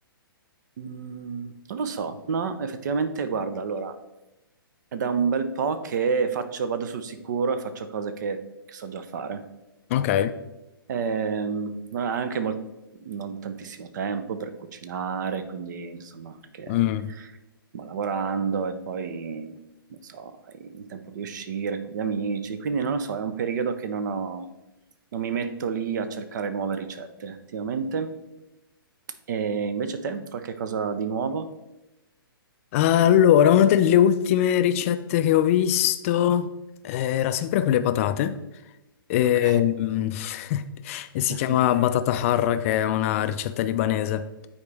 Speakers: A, on the right; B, on the left.
A: mm, non lo so, no, effettivamente, guarda, allora, è da un bel po' che faccio, vado sul sicuro e faccio cose che, che so già fare.
B: Ok.
A: Ehm, non ha anche mol- non tantissimo tempo per cucinare, quindi insomma, perché
B: Mm.
A: va lavorando e poi, non so, hai il tempo di uscire con gli amici, quindi non lo so, è un periodo che non ho, non mi metto lì a cercare nuove ricette attivamente. E invece te, qualche cosa di nuovo?
B: Allora, una delle ultime ricette che ho visto era sempre con le patate e,
A: Ok.
B: mm, <laughs> e si
A: <laughs>
B: chiama batata harra, che è una ricetta libanese.